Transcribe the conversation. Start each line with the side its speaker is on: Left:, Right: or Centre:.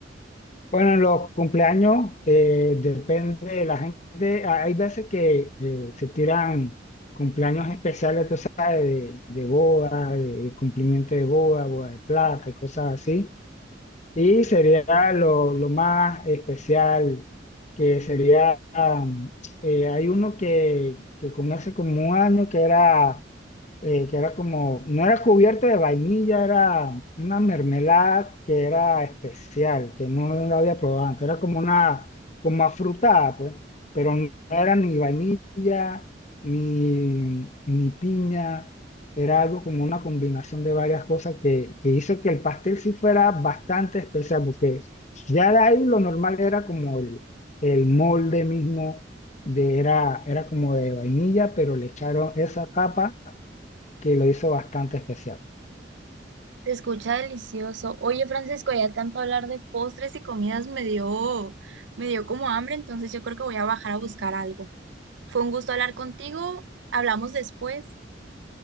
Left: Bueno, en los cumpleaños eh, depende de la gente. Ah, Hay veces que eh, se tiran cumpleaños especiales, tú sabes, de, de boda, de cumplimiento de boda, boda de plata y cosas así. Y sería lo, lo más especial, que sería, am, eh, hay uno que, que con hace como un año que era eh, que era como, no era cubierta de vainilla, era una mermelada que era especial, que no la había probado antes, era como una, como afrutada, pues, pero no era ni vainilla, ni, ni piña, era algo como una combinación de varias cosas que, que hizo que el pastel sí fuera bastante especial, porque ya de ahí lo normal era como el, el molde mismo. De, era, era como de vainilla, pero le echaron esa capa que lo hizo bastante especial.
Right: Se escucha delicioso. Oye, Francisco, ya tanto hablar de postres y comidas me dio, me dio como hambre, entonces yo creo que voy a bajar a buscar algo. Fue un gusto hablar contigo. Hablamos después.